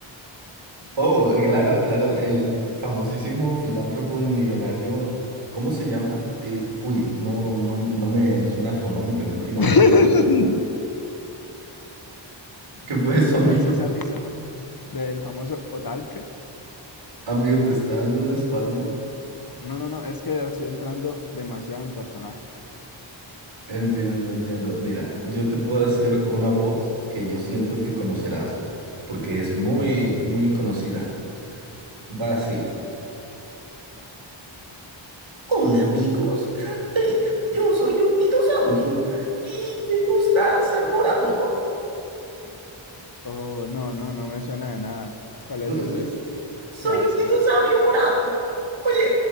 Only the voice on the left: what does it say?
<laughs>
¿Recuerdas
esa
risa del famoso Otalker?
No, no, no, es que estoy entrando demasiado en personaje.
Oh, no, no, no me suena de nada. ¿Cuál
es ese?
¿Qué hace?